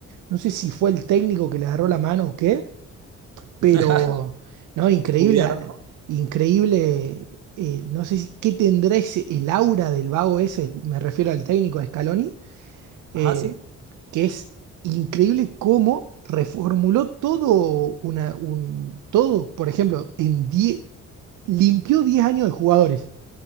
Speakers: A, on the right; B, on the right.
A: No sé si fue el técnico que le agarró la mano o qué, pero
B: <laughs>
A: no, increíble,
B: Pudiera.
A: a-
B: ¿no?
A: increíble. eh, no sé si- qué tendrá ese, el aura del vago ese, me refiero al técnico de Scaloni, eh,
B: Ajá, sí.
A: que es increíble cómo reformuló todo, una, un, todo, por ejemplo, en 10 limpió 10 años de jugadores,